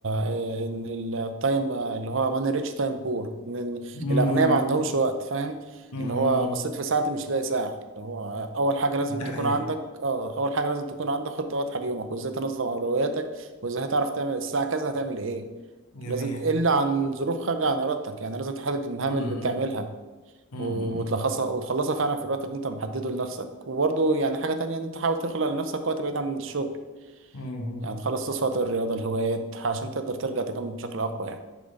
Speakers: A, on the right; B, on the left.
A: إيه، إن التايم اللي هو ماني ريتش تايم بور إن إن
B: امم
A: الأغنياء ما عندهمش وقت فاهم
B: امم
A: اللي هو بصيت في ساعتي مش لاقي ساعة اللي هو أول حاجة لازم
B: ده
A: تكون
B: حقيقة
A: عندك أه أول حاجة لازم تكون عندك خطة واضحة ليومك وإزاي تنظم أولوياتك واذا هتعرف تعمل الساعة كذا هتعمل ايه
B: جميل
A: لازم الا عن ظروف خارجة عن ارادتك يعني لازم تحدد المهام
B: امم
A: اللي بتعملها
B: امم
A: و- وتلخصها وتخلصها فعلا في الوقت اللي انت محدده لنفسك وبرضه يعني حاجة تانية ان انت حاول تخلق لنفسك وقت بعيد عن الشغل
B: امم
A: يعني تخلص وقت الرياضة الهوايات عشان تقدر ترجع تكمل بشكل اقوى يعني